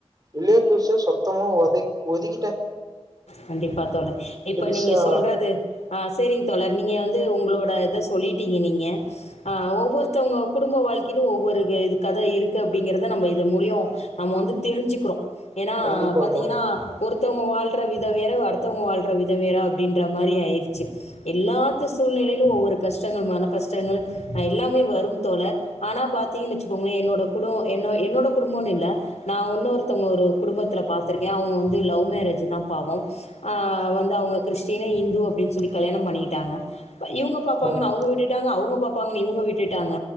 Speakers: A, on the right; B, on the left.
A: ரிலேட்டிவ்ஸ்ஸ சொத்தமா ஒதக் ஒதிக்கிட்டே
B: கண்டிப்பா தோழர் இப்ப
A: பெருசா
B: நீங்க சொல்றது ஆ சரிங்க தோழர் நீங்க வந்து உங்களோட இத சொல்லிட்டீங்க நீங்க ஆ ஒவ்வொர்த்தவ்ங்க குடும்ப வாழ்க்கிலு ஒவ்வொரு க இது கத இருக்குது அப்டிங்கிறத நம்ம இது மூலியு நம்ம வந்து தெரிஞ்சுக்கிறோ ஏன்னா
A: கண்டிப்பாக்கா
B: பாத்தீங்கன்னா ஒருத்தவங்க வாழ்ற வி விதோ வேற அடுத்தவுங்க வாழ்ற விதோ வேற அப்டின்ற மாரி ஆய்ர்ச்சு எல்லாத்து சூழ்நிலைலு ஒவ்வொரு கஷ்டங்கள் மன கஷ்டங்கள் எல்லாமே வரும் தோழர் ஆனா பாத்தீங்கன் வச்சுக்கோங்ளே என்னோட குடு என்ன என்னோட குடுமோன் இல்ல நா உன்னொருத்தவ்ங்க ஒரு குடும்பத்ல பார்த்துருக்கே அவ்ங்க வந்து லவ் மேரேஜுதா பாவோ ஆ வந்து அவுங்க கிறிஸ்டின்னு இந்து அப்டின்னு சொல்லி கல்யாணம் பண்ணிட்டாங்க இவுங்க பாப்பாங்கன்னு
A: ம்
B: அவுங்க விட்டுட்டாங்க அவுங்க பாப்பாங்கன்னு இவுங்க விட்டுட்டாங்க